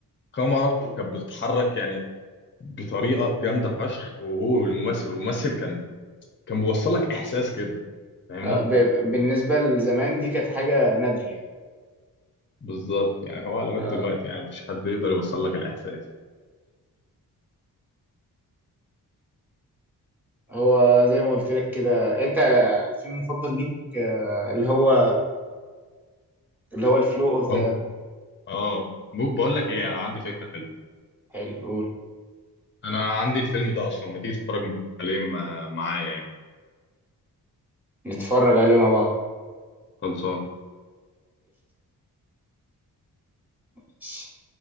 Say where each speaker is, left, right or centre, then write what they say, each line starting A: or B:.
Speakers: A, on the left; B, in the centre.
A: الكاميرا كانت بتتحرك يعني بطريقه جامده فشخ وهو الممثل والممثل كان كان بيوصل لك احساس كده فاهمني
B: آه، ب- بالنسبة لزمان دي كانت حاجة نادرة يعني
A: بالظبط يعني هو لغايه
B: آه،
A: دلوقتي يعني مفيش حد يقدر يوصل لك الاحساس
B: هو زي ما قلت لك كده انت الفيلم المفضل ليك آه، اللي هو اللي هو الفلو اوف ذا
A: فاهم اه ب- بقول لك ايه انا عندي فكره حلوه
B: حلو قول
A: انا عندي الفيلم ده اصلا ما تيجي تتفرج عليه م- معايا يعني
B: نتفرج عليه مع بعض
A: خلصان
B: قشطة